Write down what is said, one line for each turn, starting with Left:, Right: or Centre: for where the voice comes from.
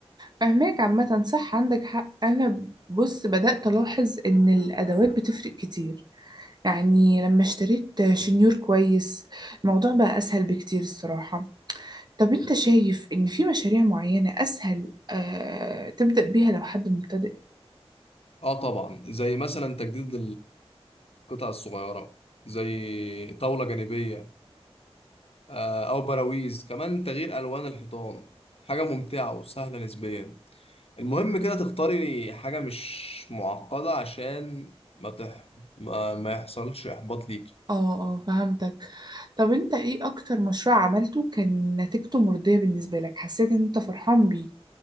Right: فهماك عامة صح عندك حق أنا بص بدأت ألاحظ إن الأدوات بتفرق كتير يعني لما اشتريت شنيور كويس الموضوع بقى أسهل بكتير الصراحة طب انت شايف ان في مشاريع معينة اسهل آه تبدأ بيها لو حد مبتدئ
Left: اه طبعا زي مثلا تجديد القطع الصغيره زي طاوله جانبيه آه، او براويز كمان تغيير الوان الحيطان حاجه ممتعه وسهله نسبيا المهم كده تختاري حاجه مش معقده عشان ما تح... ما ما يحصلش احباط ليكي
Right: اه اه فهمتك طب انت ايه اكتر مشروع عملته كان نتيجته مرضية بالنسبة لك حسيت ان انت فرحان بيه